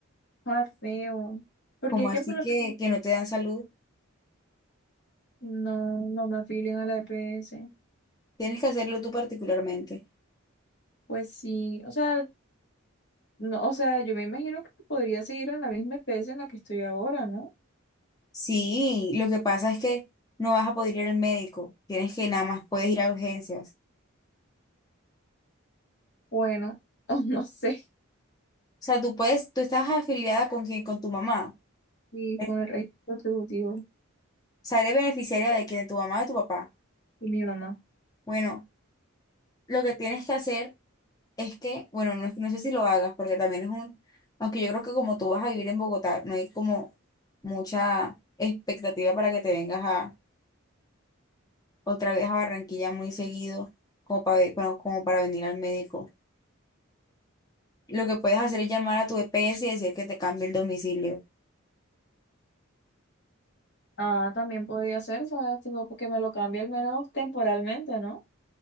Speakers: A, on the left; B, on the left.
A: joder, feo. Porque
B: como
A: es
B: así
A: que por lo
B: que,
A: menos
B: que no te dan salud,
A: no, no me afilian a la EPS.
B: tienes que hacerlo tú particularmente.
A: Pues sí, o sea, no, o sea, yo me imagino que podría seguir en la misma EPS en la que estoy ahora, ¿no?
B: Sí, lo que pasa es que no vas a poder ir al médico, tienes que nada más puedes ir a urgencias.
A: Bueno, <laughs> o no sé.
B: O sea, tú puedes, tú estás afiliada con quién, con tu mamá.
A: Y
B: O
A: con el registro contributivo
B: sea, eres beneficiaria de quién, de tu mamá o de tu papá.
A: y mi mamá.
B: Bueno, lo que tienes que hacer Es que, bueno, no, no sé si lo hagas, porque también es un, aunque yo creo que como tú vas a vivir en Bogotá, no hay como mucha expectativa para que te vengas a otra vez a Barranquilla muy seguido, como para, ve- para- como para venir al médico. Lo que puedes hacer es llamar a tu EPS y decir que te cambie el domicilio.
A: Ah, también podría ser, ¿sabes? Tipo, porque me lo cambia al menos temporalmente, ¿no?